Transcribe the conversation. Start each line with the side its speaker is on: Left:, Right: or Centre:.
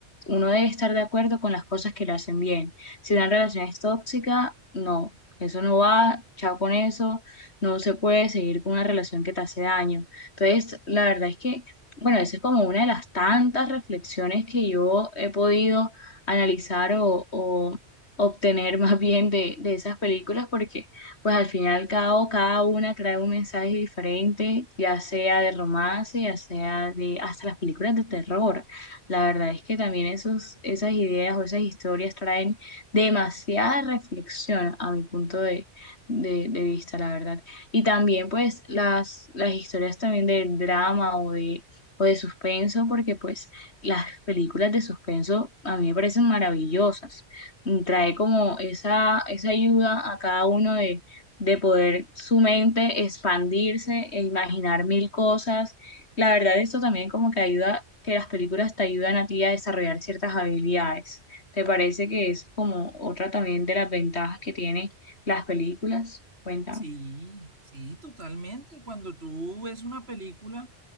Left: uno debe estar de acuerdo con las cosas que le hacen bien. Si una relación es tóxica, no, eso no va, chao con eso, no se puede seguir con una relación que te hace daño. Entonces, la verdad es que bueno, esa es como una de las tantas reflexiones que yo he podido analizar o, o obtener <laughs> más bien de, de esas películas, porque pues al final cada cada una trae un mensaje diferente, ya sea de romance, ya sea de hasta las películas de terror. La verdad es que también esos, esas ideas o esas historias traen demasiada reflexión a mi punto de, de, de vista, la verdad. Y también pues las, las historias también del drama o de o de suspenso, porque pues las películas de suspenso a mí me parecen maravillosas. Mm, Trae como esa, esa ayuda a cada uno de, de poder su mente expandirse e imaginar mil cosas. La verdad, esto también como que ayuda, que las películas te ayudan a ti a desarrollar ciertas habilidades. ¿Te parece que es como otra también de las ventajas que tiene las películas? Cuéntame.
Right: Sí, sí, totalmente. Cuando tú ves una película,